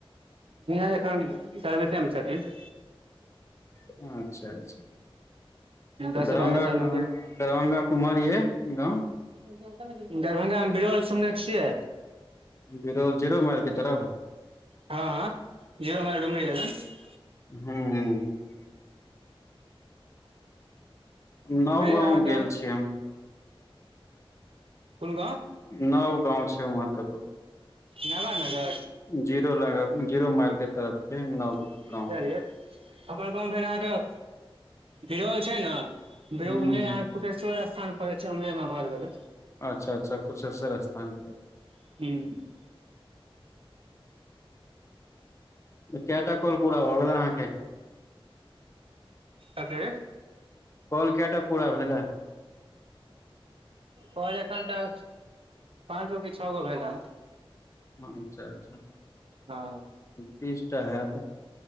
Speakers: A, on the right; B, on the left.
A: अखेन प्राइवेट मे छथि <inaudible>
B: अच्छा अच्छा
A: दस
B: दरभंगा
A: बारह साल
B: दरभंगा
A: नौकरी
B: कुम्हर य गाँव
A: दरभंगा मे बिरौल सुनने छियै
B: बिरौल जीरो माइल के तरफ
A: हँ हँ जीरो माइल डुमरी लगन देनै हँ हँ
B: हू ह नव
A: उम्हरे
B: गाँव
A: अहाँके
B: गेल छी हम
A: कोन ग
B: नव गाँव छै वहाँ कतहु
A: नावनगर
B: जीरो लागत जीरो माइल के तरफ छै नव
A: किय
B: गाँव
A: कहलिए हमर गाँव रहे बिरोल छै ने बे
B: हूं
A: उम्हे या कुटेश्वर स्थान पड़े छै उम्हे में न भैले
B: अच्छ अच्छ कुशेश्वर स्थान के तरफ
A: <unintelligible>
B: तऽ केटा कॉल पूरा भऽ गेलै अहाँकेँ।
A: कथि
B: कल केटा पूरा हा
A: कल एखन तऽ पाँच गो कि छओ गो भेलय
B: अच्छा, अच्छा।
A: हँ।
B: तीसटा हत